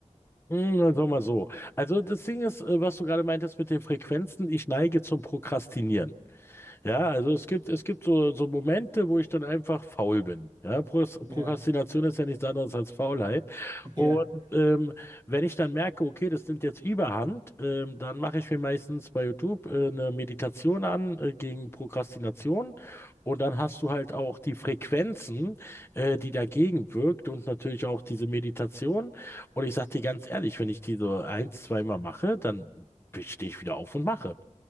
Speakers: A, on the left; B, on the right.
A: Mm, Also mal so. Also das Ding ist, äh, was du gerade meintest mit den Frequenzen, ich neige zum Prokrastinieren. Ja, also es gibt, es gibt so, so Momente, wo ich dann einfach faul bin. Ja, Pros-
B: Ja,
A: Prokrastination ist ja nichts anderes als Faulheit. Und
B: <laughs> ja.
A: ähm, wenn ich dann merke, okay, das nimmt jetzt Überhand, ähm, dann mache ich mir meistens bei YouTube äh, eine Meditation an äh, gegen Prokrastination. Und dann hast du halt auch die Frequenzen, äh, die dagegen wirkt und natürlich auch diese Meditation. Und ich sag dir ganz ehrlich, wenn ich die so ein, zweimal mache, dann stehe ich wieder auf und mache.